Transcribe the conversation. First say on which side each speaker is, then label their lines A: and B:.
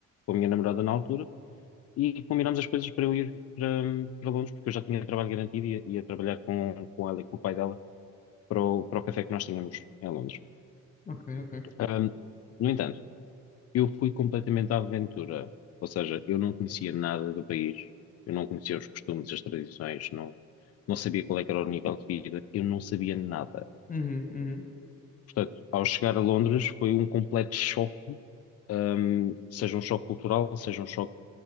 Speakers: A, on the left; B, on the left.
A: com a minha namorada na altura e combinámos as coisas para eu ir para, para Londres, porque eu já tinha trabalho garantido e ia, ia trabalhar com, com ela e com o pai dela para o, para o café que nós tínhamos em Londres.
B: ok, ok.
A: Hum, no entanto, eu fui completamente à aventura. Ou seja, eu não conhecia nada do país, eu não conhecia os costumes, as tradições, não, não sabia qual é que era o nível de vida, eu não sabia nada.
B: Uhum, uhum,
A: Portanto, ao chegar a Londres foi um completo choque, hum, seja um choque cultural, seja um choque